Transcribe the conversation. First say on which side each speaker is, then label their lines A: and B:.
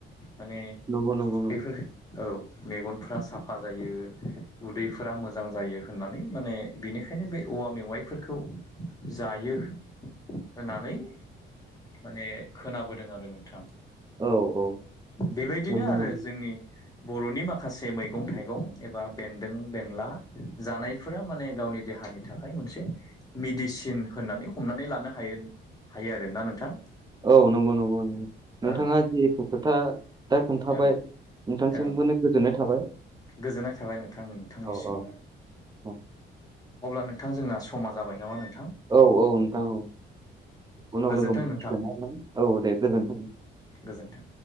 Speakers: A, on the left (about 20°); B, on the right (about 20°).
A: माने
B: नंगौ नंगौ नंगौ
A: बेफोर औ मेगनफ्रा साफा जायो। उदैफोरा मोजां जायो होननानै। माने बिनिखायनो बे औवा मेवाइफोरखौ जायो होननानै माने खोनाबोदों आरो नोंथां।
B: औ औ
A: बेबायदिनो
B: नंगौ
A: आरो
B: नंगौ
A: जोंनि बर'नि माखासे मैगं थाइगं एबा बेन्दों बेनला जानायफोरा माने गावनि दे हानि थाखाय मोनसे मिडिसिन होननानै हमनानै लानो हायो, हायो आरोना नोंथां?
B: औ नंगौ नंगौ नंगौ। नोंथांङा
A: औ
B: जिहेथु खोथा दा खोन्थाबाय
A: औ
B: नोंथांसिमबोनो
A: औ
B: गोजोननाय थाबाय।
A: गोजोननाय थाबाय नोंथां नोंथांनिसिमबो।
B: औ औ औ
A: अब्ला नोंथां जोंना समा जाबायनामा नो
B: औ औ नोंथां औ उनाव
A: गोजोन्थों
B: लोगो मोनफिनसिगोन
A: नोंथां
B: ना नोथां? औ दे गोजोनथों।
A: गोजोन्थों